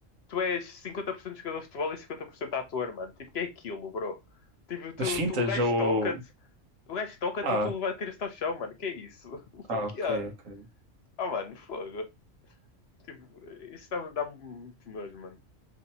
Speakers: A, on the left; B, on the right.
A: tu és 50% jogador de futebol e 50% ator, mano. Tipo, que é aquilo, bro? Tipo, tu,
B: As fintas
A: tu, o gajo
B: ou.
A: toca-te, o gajo toca-te
B: Ah,
A: e tu atiras-te ao chão, mano. Que é isso? <laughs> Tipo,
B: ah,
A: que
B: ok,
A: é?
B: ok.
A: Ah, mano, fogo. Tipo, isso dá-me dá-me muito nojo, mano.